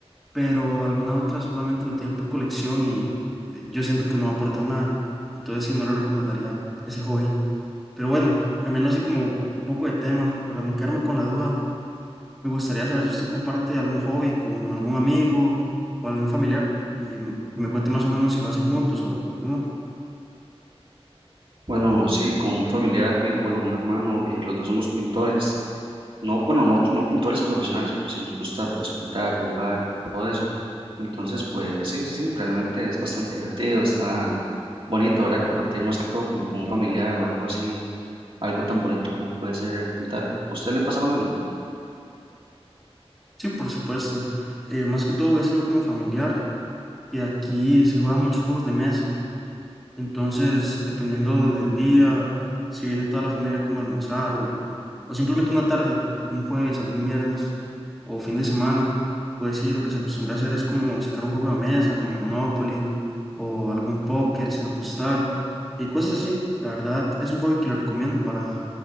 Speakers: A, in the centre; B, on the right.
A: pero alguna otra solamente lo tiene por colección y eh, yo siento que no aportan nada. Entonces sí, no le recomendaría ese hobby. Pero bueno, cambiando así como un poco de tema, para no quedarme con la duda. Me gustaría saber si usted comparte algún hobby con algún amigo o algún familiar y m- me cuente más o menos si lo hacen juntos o, o cómo.
B: Bueno, sí, con un <laughs> familiar mío, bueno, un hermano, eh, los dos somos pintores No, bueno, no, no pintores profesionales, pero sí nos gusta pues pintar, dibujar y todo eso. Entonces, pues sí, sí, sí, realmente es bastante divertido, está bonito, ahora Compartir más que todo como con un familiar o algo así, algo tan bonito como puede ser pintar. ¿A usted le pasa lo mismo?
A: Sí, por supuesto. Eh, más que todo es algo como familiar y aquí se juegan muchos juegos de mesa. Entonces, dependiendo del día, si viene toda la familia como a almorzar o, o simplemente una tarde, algún jueves, algún viernes o fin de semana, pues sí, lo que se acostumbra a hacer es como sacar un juego de mesa, como Monopoly o algún póker sin apostar y cosas así. La verdad, es un hobby que lo recomiendo para,